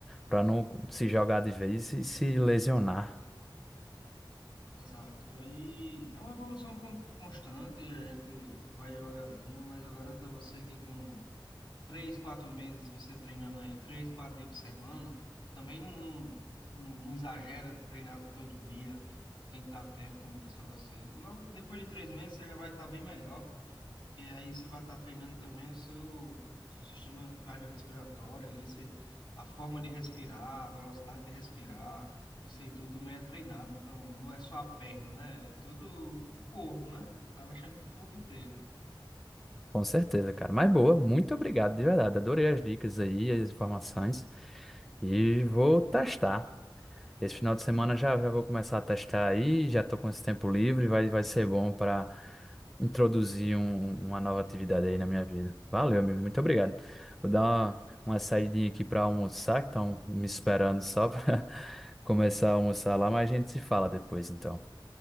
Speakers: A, in the centre; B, on the left.
A: para não se jogar de vez e se lesionar.
B: Exato. Aí é uma evolução con- constante, a gente vai devagarzinho, mas eu garanto a você que com três, quatro meses você treinando aí, três, quatro dias por semana, também não, não, não- exagera treinar todo dia, tem que dar tempo, como eu disse a você. Logo depois de três meses você já vai estar bem melhor. E aí você vai estar treinando também o seu, seu sistema cardiorrespiratório ali, você, a forma de respirar, a velocidade de respirar, isso aí tudo meio é treinado. Então, não é só a perna, né? É todo o corpo, né? Você tá mexendo com o corpo inteiro.
A: Com certeza, cara. Mas boa, muito obrigado de verdade. Adorei as dicas aí, as informações. E vou testar. Esse final de semana já, já vou começar a testar aí, já estou com esse tempo livre, vai, vai ser bom para introduzir um- uma nova atividade aí na minha vida. Valeu, amigo, muito obrigado. Vou dar uma, uma saidinha aqui para almoçar, que estão me esperando só para <laughs> começar a almoçar lá, mas a gente se fala depois, então.